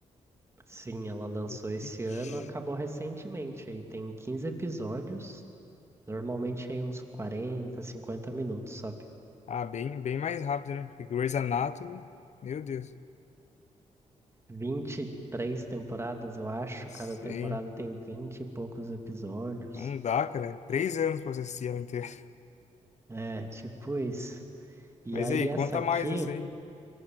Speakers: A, on the right; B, on the left.
A: Sim, ela lançou
B: The
A: esse
B: Pitt.
A: ano, acabou recentemente, aí tem 15 episódios, normalmente aí uns 40, 50 minutos, sabe?
B: Ah, bem, bem mais rápido, né? Porque Grey's Anatomy, meu Deus.
A: 23 temporadas, eu acho,
B: Sim.
A: cada temporada tem 20 e poucos episódios.
B: Não dá, cara. É Três anos pra você assistir ela inteira. <laughs>
A: É, tipo isso. E
B: Mas
A: aí
B: e aí,
A: essa
B: conta
A: aqui,
B: mais essa aí.